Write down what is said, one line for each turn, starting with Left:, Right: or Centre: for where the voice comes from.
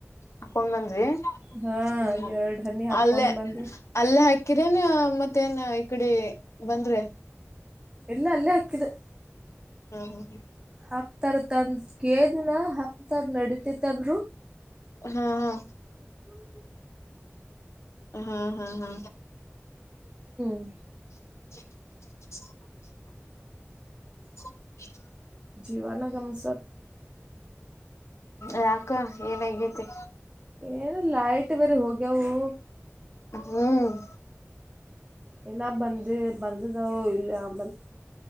Left: ಹಾಕೊಂಡ್ ಬಂದಿ
Right: ಹಾ
Left: ಹ್ಮ್
Right: ಎರಡ್ ಹನಿ ಹಾಕೊಂಡ್
Left: ಅಲ್ಲೇ
Right: ಬಂದು
Left: ಅಲ್ಲೇ ಹಾಕಿ ಕಿರಣೇನ್ ಮತ್ತೇನ್ ಈ ಕಡೆ ಬಂದ್ರೆ
Right: ಇಲ್ಲ ಅಲ್ಲೇ ಹಾಕ್ಕಿದು
Left: ಹಾ ಹ್ಮ ಹಾ
Right: ಹಾಕ್ತಾರ ತಂದ ಕೇಳ ದಿನ ಹಾಕ್ತಾರ ನಡತಿತ್ತಂದ್ರು
Left: ಹಾ ಹಾ ಹಾ ಹಾ ಹಾ
Right: ಹ
Left: ಹ್ಮ ಹ
Right: ಜೀವಾನ ಕಮಸ
Left: ರಾಕ ಏನಗತಿ
Right: ಏನು ಲೈಟ್ ಬೇರೆ ಹೋಗ್ಯವು
Left: ಹ್ಮ್
Right: ನ್ನ ಬಂದ ಬಂದದೋ ಇಲ್ಲ ಆಂಬಲ್